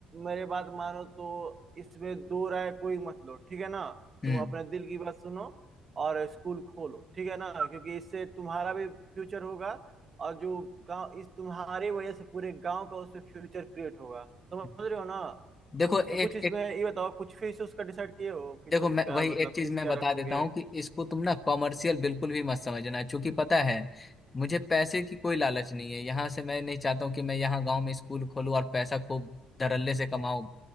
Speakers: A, on the right; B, on the left.
A: मेरे बात मानो तो इसमें दो राय कोई मत लो ठीक है ना
B: हम्म
A: तुम अपने दिल की बात सुनो और स्कूल खोलो ठीक है ना क्योंकि इससे तुम्हारा भी फ्यूचर होगा और जो गांव इस तुम्हारे वजह से पूरे गांव का उसमें फ्यूचर क्रिएट होगा समझ
B: हम्म।
A: रहे हो ना
B: देखो एक
A: तो कुछ इसमें
B: एक
A: ये बताओ कुछ फिश उसका डिसाइड किए हो फिश
B: देखो
A: उसका
B: मैं वही
A: मतलब
B: एक चीज
A: फिश
B: मैं
A: क्या
B: बता
A: रखोगे
B: देता हूँ कि इसको तुम ना कॉमर्शियल बिल्कुल भी मत समझना क्योंकि पता है मुझे पैसे की कोई लालच नहीं है यहाँ से मैं नहीं चाहता हूँ कि मैं यहाँ गांव में स्कूल खोलूँ और पैसा खूब धड़ल्ले से कमाऊँ